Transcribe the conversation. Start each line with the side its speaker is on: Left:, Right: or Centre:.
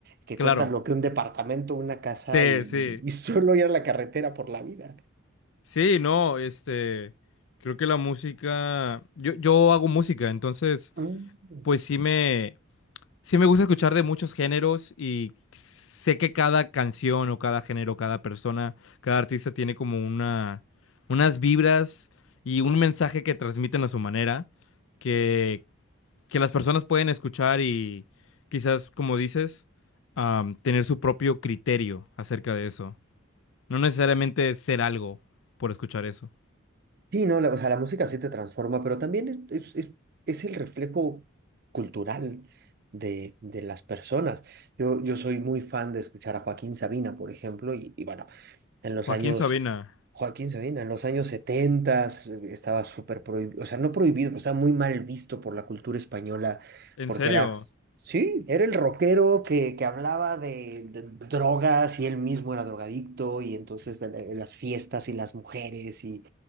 Right: que
Left: claro.
Right: cuestan lo que un departamento, una casa
Left: Sí,
Right: y,
Left: sí.
Right: y <laughs> solo ir a la carretera por la vida.
Left: Sí, no, este, creo que la música, yo, yo hago música, entonces
Right: Mm.
Left: pues sí me, Sí, me gusta escuchar de muchos géneros y sé que cada canción o cada género, cada persona, cada artista tiene como una, unas vibras y un mensaje que transmiten a su manera, que, que las personas pueden escuchar y quizás, como dices, am, tener su propio criterio acerca de eso. No necesariamente ser algo por escuchar eso.
Right: Sí, no, la- o sea, la música sí te transforma, pero también es, es- es- es el reflejo cultural de, de las personas. Yo, yo soy muy fan de escuchar a Joaquín Sabina, por ejemplo, y, y bueno, en los
Left: Joaquín
Right: años
Left: Sabina,
Right: Joaquín Sabina, en los años 70 estaba súper prohibido, o sea, no prohibido, pero estaba muy mal visto por la cultura española,
Left: ¿en
Right: porque
Left: serio?
Right: era, sí, era el rockero que, que hablaba de, de drogas y él mismo era drogadicto, y entonces de la- de las fiestas y las mujeres y,